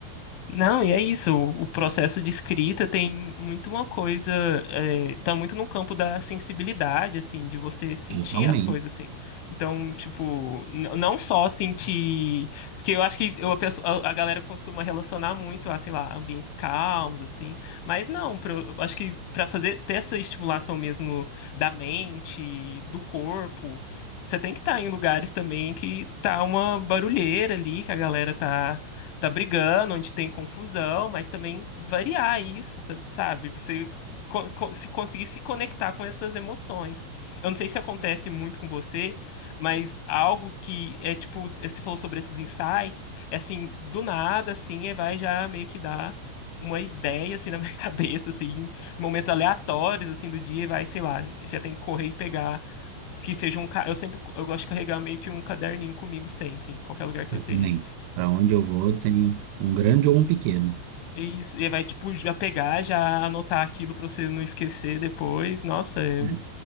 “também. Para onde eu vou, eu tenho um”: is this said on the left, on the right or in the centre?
Right